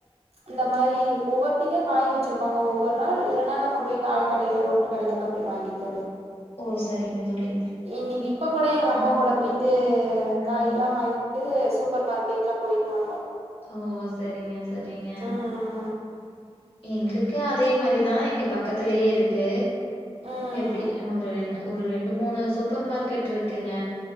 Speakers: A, on the right (about 75°); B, on the left (about 60°).
A: அந்த மாரி ஒவ்வொருத்திங்க காய் வச்சிருப்பாங்க ஒவ்வொரு நாள் இல்லன்னா நம்ம போய் காய் கடைல ரோட்டு கடைல தான் போய் வாங்கிட்டு வர்ணு
B: ஓ! சரிங்க தோழி.
A: இன்னிக்கி இப்ப கூட எங்க அம்மா
B: ம்.
A: கூட போயிட்டு
B: ம்.
A: காயில்லா வாங் சூப்பர் மார்க்கெட்ளா போயிட்டு வந்தோம்
B: ஓ செரிங்க செரிங்க
A: ம்
B: எங்களுக்கு அதே மாரிதா எங்க பக்கத்தலயே இருக்கு
A: ம்
B: எப்டி ஒரு ரெண் ஒரு ரெண்டு மூணு சூப்பர் மார்க்கெட் இருக்குங்க